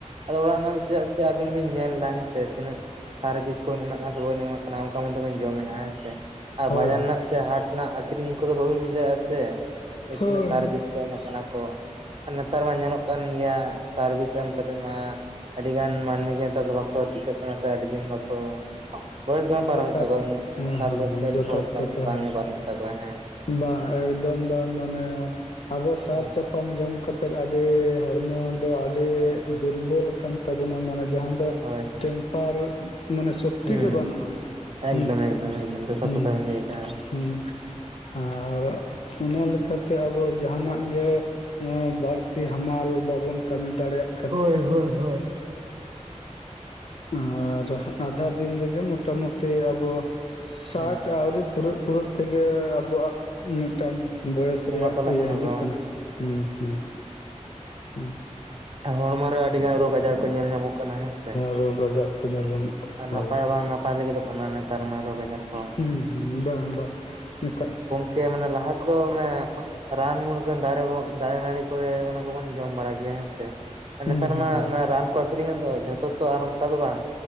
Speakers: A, on the right (about 50°); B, on the left (about 60°).
A: ᱟᱫᱚ ᱚᱲᱟᱜ ᱨᱮᱱᱟᱜ ᱫᱚ ᱪᱮᱫᱟᱜ ᱥᱮ? ᱟᱵᱤᱱ ᱵᱤᱱ ᱧᱮᱞ ᱮᱫᱟ ᱦᱮᱸ ᱥᱮ ᱛᱤᱱᱟᱹᱜ? ᱥᱟᱨ ᱵᱤᱥ ᱠᱚᱧ ᱮᱢᱟᱜ ᱠᱟᱱᱟ ᱥᱮ ᱵᱟᱹᱧ ᱮᱢᱟᱜ ᱠᱟᱱᱟ᱾ ᱚᱱᱠᱟ ᱢᱚᱱᱛᱮᱵᱚᱱ ᱡᱚᱢᱮᱫ-ᱟ ᱾ᱦᱮᱸᱥᱮ ᱟᱨ
B: ᱦᱳᱭ
A: ᱵᱟᱡᱟᱨ
B: ᱦᱳᱭ
A: ᱨᱮᱱᱟᱜ ᱥᱮ ᱦᱟᱴ ᱱᱟ ᱟᱹᱠᱷᱨᱤᱧ ᱠᱚᱫᱚ ᱵᱟᱹᱵᱤᱱ ᱵᱩᱡ ᱫᱟᱲᱮᱭᱟᱜ-ᱟ᱾ ᱥᱮ
B: ᱦᱳᱭ
A: ᱛᱤᱱᱟᱹᱜ ᱥᱟᱨᱵᱤᱥ
B: ᱦᱳᱭ
A: ᱠᱚ ᱮᱢᱟᱜ ᱠᱟᱱᱟ ᱠᱚ᱾ ᱟᱨ ᱱᱮᱛᱟᱨ ᱢᱟ ᱧᱮᱞᱚᱜ ᱠᱟᱱ᱾ ᱜᱮᱭᱟ, ᱥᱟᱨ-ᱵᱤᱥ ᱮᱢ ᱠᱟᱛᱮᱜ ᱢᱟ ᱟᱹᱰᱤ ᱜᱟᱱ ᱢᱟᱹᱱᱢᱤ ᱜᱮ ᱱᱮᱛᱟᱨ ᱫᱚ ᱵᱟᱠᱚ ᱴᱤᱠᱟᱹᱜ ᱠᱟᱱᱟ ᱥᱮ ᱟᱹᱫᱤᱱ ᱵᱟᱠᱚ ᱵᱚᱭᱮᱥ ᱵᱟᱝ ᱯᱟᱨᱚᱢᱮᱫ
B: ᱡᱚᱛᱷᱟᱛ
A: ᱛᱟᱠᱚᱣᱟ ᱩᱱᱟᱹᱜ,
B: ᱦᱮᱸ
A: ᱥᱟᱨ
B: ᱦᱮᱸ
A: ᱵᱚᱪᱷᱚᱨ
B: ᱡᱚᱛᱷᱟᱛ
A: ᱵᱚᱭᱮᱥ ᱵᱟᱝ
B: ᱠᱟᱛᱷᱟ
A: ᱵᱟᱝᱮ
B: ᱦᱮᱸ
A: ᱯᱟᱨᱚᱢᱮᱫ ᱛᱟᱠᱚᱣᱟ ᱦᱮᱸ᱾
B: ᱵᱟᱝ ᱮᱠᱫᱚᱢ ᱵᱟᱝ, ᱢᱟᱱᱮ ᱟᱵᱚ ᱥᱟᱨ
A: ᱦᱮᱸ
B: ᱪᱟᱯ ᱵᱟᱝ ᱡᱚᱢ ᱠᱟᱛᱮᱫ ᱟᱹᱰᱤ ᱦᱚᱲᱢᱚ ᱫᱚ ᱟᱹᱰᱤ
A: ᱦᱩᱸ
B: ᱫᱩᱨᱵᱚᱞ ᱠᱟᱱ ᱛᱟᱵᱚᱱᱟ ᱢᱟᱱᱮ ᱡᱟᱦᱟᱸ ᱫᱚ
A: ᱦᱳᱭ ᱦᱳᱭ
B: ᱴᱮᱢᱯᱟᱨ ᱢᱟᱱᱮ ᱥᱟᱹᱠ
A: ᱦᱩᱸ
B: ᱛᱤ ᱜᱮ ᱵᱟᱹᱱᱩᱜᱼᱟ᱾
A: ᱮᱠᱫᱚᱢ
B: ᱦᱩᱸ
A: ᱮᱠᱫᱚᱢ ᱮᱠᱫᱚᱢ ᱡᱚᱛᱷᱟᱛ
B: ᱦᱩᱸ
A: ᱠᱟᱛᱷᱟ ᱵᱤᱱ ᱞᱟᱹᱭ ᱠᱟᱜᱼᱟ᱾
B: ᱦᱩᱸ, ᱟᱨ ᱚᱱᱟ ᱞᱮᱠᱟᱛᱮ ᱟᱵᱚ ᱡᱟᱦᱟᱱᱟᱜ ᱜᱮ ᱚᱸ ᱵᱟᱹᱲᱛᱤ ᱦᱟᱢᱟᱞ ᱵᱟᱵᱚᱱ ᱠᱟᱹᱢᱤ ᱫᱟᱲᱮᱭᱟᱜ
A: ᱦᱳᱭ ᱦᱳᱭ ᱦᱳᱭ,
B: ᱚᱸ ᱟᱨ ᱟᱫᱷᱟ ᱫᱤᱱ ᱨᱮᱜᱮ ᱢᱚᱴᱟ ᱢᱩᱴᱤ ᱟᱵᱚ ᱥᱟᱴ
A: ᱦᱩᱸ
B: ᱟᱹᱣᱨᱤ ᱯᱷᱩᱨᱟᱹᱜ ᱯᱷᱩᱨᱟᱹᱜ ᱛᱮᱜᱮ ᱟᱵᱚᱣᱟᱜ ᱢᱤᱫᱴᱟᱝ ᱵᱚᱭᱮᱥ ᱨᱮᱭᱟᱜ
A: ᱚᱱᱟ ᱛᱟᱞᱟᱜ
B: ᱤᱭᱟᱹ ᱦᱤᱡᱩᱜ
A: ᱠᱚ
B: ᱠᱟᱱᱟ ᱦᱩᱸ ᱦᱩᱸ ᱦᱩᱸ ᱾
A: ᱟᱨ ᱦᱚᱲᱢᱚ ᱨᱮ ᱟᱹᱰᱤᱜᱟᱱ ᱨᱳᱜᱽ ᱟᱡᱟᱨ ᱠᱚ ᱧᱮᱞ ᱧᱟᱢᱚᱜ ᱠᱟᱱᱟ ᱦᱮᱸ ᱥᱮ,
B: ᱨᱳᱜᱽ ᱟᱡᱟᱨ ᱠᱚ ᱧᱮᱞ ᱧᱟᱢᱚᱜ ᱠᱟᱱᱟ
A: ᱟᱨ
B: ᱦᱳᱭ
A: ᱱᱟᱯᱟᱭ ᱦᱚᱸ ᱵᱟᱝ ᱱᱟᱯᱟᱭ ᱞᱟᱹᱜᱤᱫᱚᱜ ᱠᱟᱱᱟ ᱱᱮᱛᱟᱨ ᱢᱟ ᱨᱳᱜᱽ ᱟᱡᱟᱨ ᱠᱚ᱾
B: ᱦᱩᱸ ᱵᱟᱝ ᱵᱟᱝ ᱱᱤᱛᱟᱜ
A: ᱠᱟᱹᱡ ᱢᱟᱱᱮ ᱞᱟᱦᱟ ᱠᱷᱚᱡ ᱢᱟᱱᱮ ᱨᱟᱱ ᱢᱩᱨᱜᱟᱹᱱ ᱫᱟᱨᱮ ᱵᱚᱦᱚᱜ ᱫᱟᱨᱮ ᱱᱟᱹᱲᱤ ᱠᱚᱨᱮ ᱚᱱᱟ ᱠᱚᱵᱚᱱ ᱡᱚᱢ ᱵᱟᱲᱟ ᱜᱮᱭᱟ ᱦᱮᱸ ᱥᱮ᱾
B: ᱦᱩᱸ
A: ᱱᱮᱛᱟᱨ
B: ᱦᱩᱸ
A: ᱢᱟ
B: ᱦᱩᱸ
A: ᱚᱱᱟ ᱨᱟᱱ ᱠᱚ ᱟᱠᱷᱨᱤᱧ ᱮᱫ ᱫᱚ ᱡᱷᱚᱛᱚ ᱛᱚ ᱟᱨ ᱚᱱᱠᱟ ᱫᱚ ᱵᱟᱝ᱾